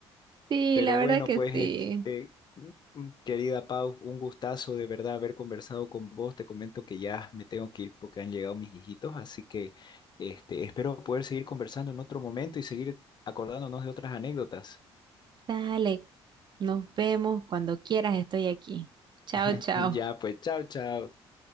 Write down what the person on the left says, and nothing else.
Pero
bueno,
pues
este, mm, mm, querida Pau, un gustazo de verdad haber conversado con vos. Te comento que ya me tengo que ir porque han llegado mis hijitos, así que este, espero poder seguir conversando en otro momento y seguir acordándonos de otras anécdotas.
<laughs>
Ya, pues, chao, chao.